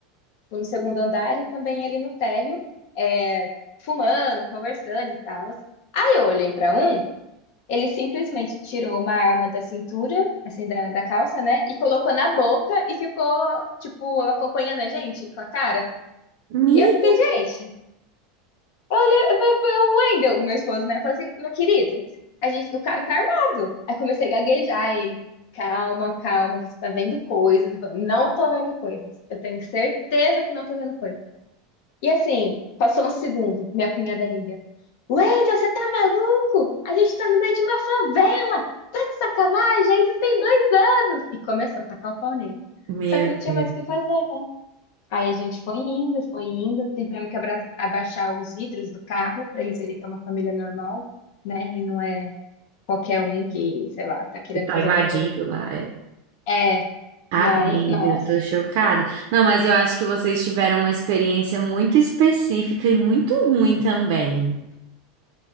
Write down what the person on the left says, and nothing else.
no segundo andar e também ali no térreo, é, fumando, conversando e tal. Aí eu olhei pra um. Ele simplesmente tirou uma arma da cintura, assim, da, da calça, né? E colocou na boca e ficou, tipo, acompanhando a gente com a cara.
Eu fiquei, gente, eu falei pro Wendel, meu esposo, né? Eu falei assim, meu querido, a gente, o cara tá armado. Aí comecei a gaguejar ele. Calma, calma, você tá vendo coisas. Eu falei, não tô vendo coisas. Eu tenho certeza que não tô vendo coisas. E assim, passou um segundo, minha cunhada liga. Wendel, você tá maluco? A gente tá no meio de uma favela! Tá de sacanagem? Ainda tem dois anos! E começou a tacar o pau nele.
Só que não
tinha mais o que fazer, né? Aí a gente foi indo, foi indo, tivemos que abra- abaixar os vidros do carro pra eles verem que é uma família normal, né? E não é qualquer um que, sei lá, tá querendo
fazer
alguma coisa.
É,
mas, nossa.